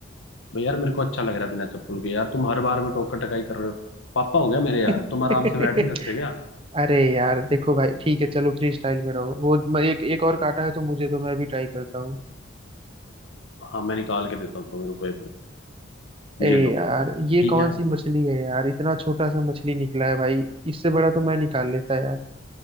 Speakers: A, on the left; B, on the right.
A: भाई यार मेरे को अच्छा लग रहा है बिना चप्पल के यार तुम हर बार में टोकर टकाई कर रहे हो पापा हो गया मेरे यार
B: <laughs>
A: तुम आराम से बैठ नहीं सकते क्या
B: अरे यार देखो भाई ठीक है चलो फ्री स्टाइल में रहो वो मैं एक एक और काटा है तो मुझे तो मैं भी ट्राई करता हूँ
A: हाँ मैं निकाल के देता हूँ तुम्हें रुको एक मिनट ये
B: अरे
A: लो
B: यार ये
A: ठीक
B: कौन
A: है
B: सी मछली है यार इतना छोटा सा मछली निकला है भाई इससे बड़ा तो मैं निकाल लेता यार